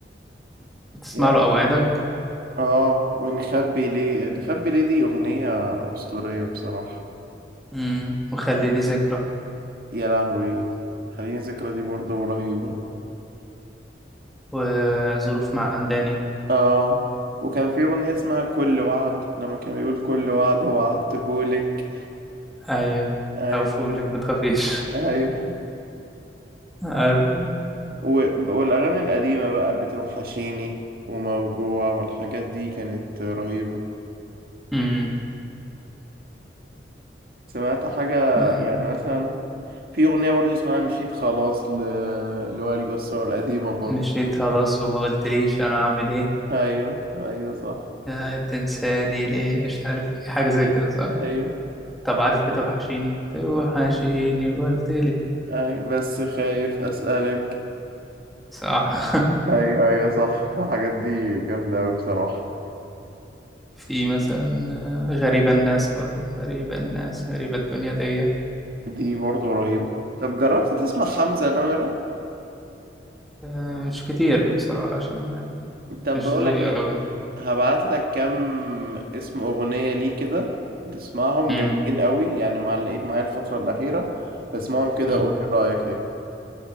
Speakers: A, in the centre; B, on the right.
A: بتسمع
B: يعني
A: له اوعدك
B: اه ونخبي ليه نخبي ليه دي أغنية أسطورية بصراحة
A: امم وخليني ذكرى
B: يا لهوي خليني ذكرى دي برضو رهيبة
A: وظروف معنداني
B: اه وكان في أغنية اسمها كل وعد لما كان بيقول كل وعد وعدتهولك
A: ايوه
B: أيوة
A: او فولك ما تخافيش
B: أيوه
A: <laughs> عارف
B: <laughs> و- والأغاني القديمة بقى بتوحشيني وموجوع والحاجات دي كانت رهيبة
A: امم
B: سمعت حاجة
A: آه،
B: يعني مثلا في أغنية برضو اسمها مشيت خلاص ل... لوائل جسار قديمة برضو
A: مشيت خلاص وما قلتليش انا اعمل ايه
B: أيوه أيوه صح
A: آه، تنساني ليه مش عارف إيه، حاجه
B: <laughs>
A: زي كده صح
B: أيوه
A: طب عارف بتوحشيني توحشيني وقلت
B: أيوه بس خايف أسألك
A: صح <laughs>
B: أيوه أيوه صح الحاجات دي جامدة أوي بصراحة
A: في مثلا آه، غريبة الناس برضو غريبة الناس غريبة الدنيا دي
B: دي برضو رهيبة طب جربت تسمع حمزة نمرة
A: آه، مش كتير بصراحة عشان يعني
B: طب
A: مش
B: بقولك
A: ذوقي
B: ايه
A: أوي
B: هبعت لك كام اسم اغنية ليه كده تسمعهم
A: مم.
B: جامدين قوي يعني معلقين معايا الفترة الأخيرة اسمعهم كده
A: مم.
B: وقول لي رأيك ايه